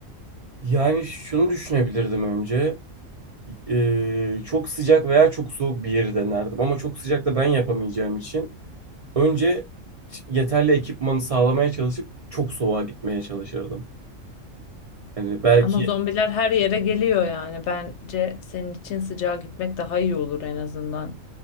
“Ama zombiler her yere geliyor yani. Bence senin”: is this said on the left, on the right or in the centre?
Left